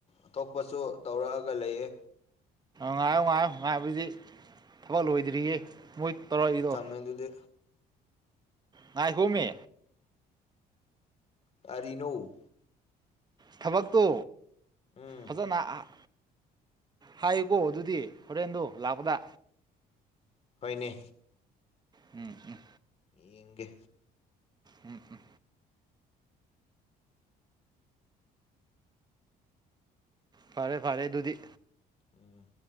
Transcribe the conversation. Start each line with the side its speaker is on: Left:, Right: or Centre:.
Left: ꯑꯇꯣꯞꯄꯁꯨ ꯇꯧꯔꯛꯑꯒ ꯂꯩꯌꯦ
Right: ꯉꯥꯏꯣ ꯉꯥꯏꯔꯣ ꯉꯥꯏꯕꯨꯗꯤ ꯊꯕꯛ ꯂꯣꯏꯗ꯭ꯔꯤꯌꯦ ꯃꯣꯏ ꯇꯧꯔꯛꯏꯗꯣ
Left: ꯃꯗꯨꯗ
Right: ꯉꯥꯏꯈꯣꯃꯤ
Left: ꯀꯔꯤꯅꫭ
Right: ꯊꯕꯛꯇꯣ
Left: ꯎꯝ
Right: ꯐꯖꯅ ꯍꯥꯏꯌꯨꯀꯣ ꯑꯗꯨꯗꯤ ꯍꯣꯔꯦꯟꯗꯣ ꯂꯥꯛꯄꯗ
Left: ꯍꯣꯏꯅꯦ
Right: ꯎꯝ ꯎꯝ
Left: ꯌꯦꯡꯒꯦ
Right: ꯎꯝ ꯎꯝ ꯐꯔꯦ ꯐꯔꯦ ꯑꯗꯨꯗꯤ
Left: ꯎꯝ